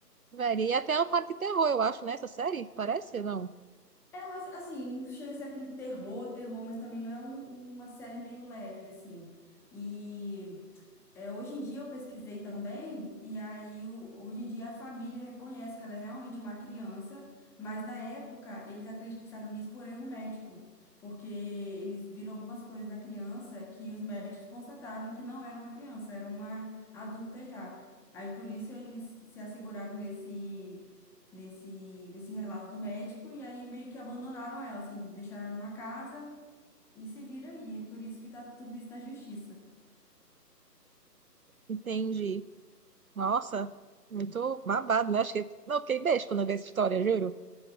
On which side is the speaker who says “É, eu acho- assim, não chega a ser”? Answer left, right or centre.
Centre